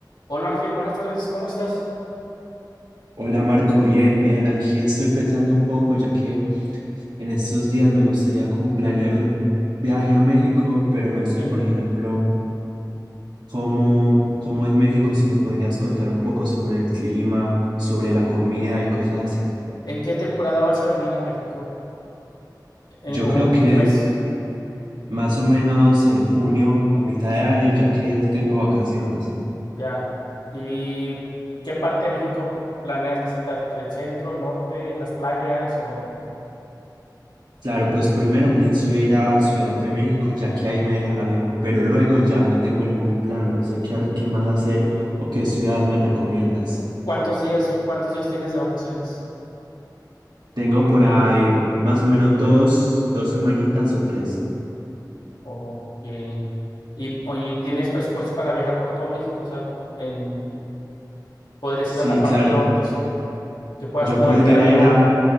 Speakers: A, on the left (about 75°); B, on the right (about 80°).
A: Hola Ángel, buenas tardes, ¿cómo estás?
B: Hola Marco, bien, bien. Aquí estoy pensando un poco, ya que en estos días me gustaría como planear un viaje a México, pero no sé,
A: Sí.
B: por ejemplo, cómo, cómo es México, si me podrías contar un poco sobre el clima, sobre la comida y cosas así.
A: ¿En qué temporada vas a venir a México? Eh,
B: Yo
A: ¿o
B: creo
A: en
B: que
A: qué mes?
B: más o menos en junio, a mitad de año, ya que tengo vacaciones.
A: Ya. ¿Y qué parte de México planeas visitar? ¿El centro, el norte, las playas o
B: Claro, pues primero pienso ir a Ciudad de México, ya que ahí me deja el avión, pero luego ya no tengo ningún plan, no sé qué, qué más hacer o qué ciudad me recomiendas.
A: cuántos días, cuántos días tienes de vacaciones?
B: Tengo por ahí más o menos dos, dos semanitas o tres.
A: Ok. Y, oye, ¿tienes presupuesto para viajar por todo México? O sea, en, podrías
B: Sí,
A: ir a la parte
B: claro,
A: norte, sur, que puedas
B: yo
A: moverte
B: podría
A: en avión.
B: ir a,